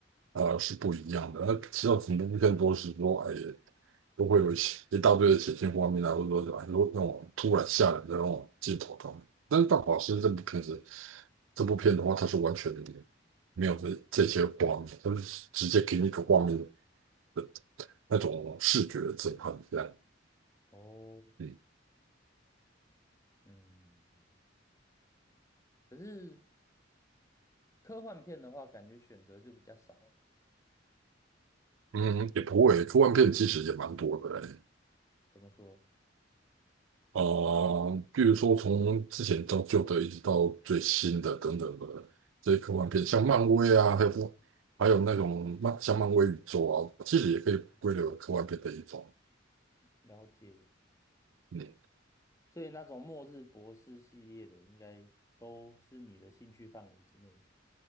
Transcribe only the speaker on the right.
啊、呃是不一样的。那其他恐怖片都是说哎都会有一些一大堆的血腥画面啊，或者说哎说那种突然吓人的那种镜头他们。但是《大法师》这部片子，这部片的话，它是完全没有这这些画面，它是直接给你一个画面的那种视觉的震撼，这样。
嗯
嗯，也不会，科幻片其实也蛮多的嘞。哎
呃，比如说从之前到旧的，一直到最新的等等的这些科幻片，像漫威啊，还有不还有那种漫像漫威宇宙啊，其实也可以归类为科幻片的一种。
嗯，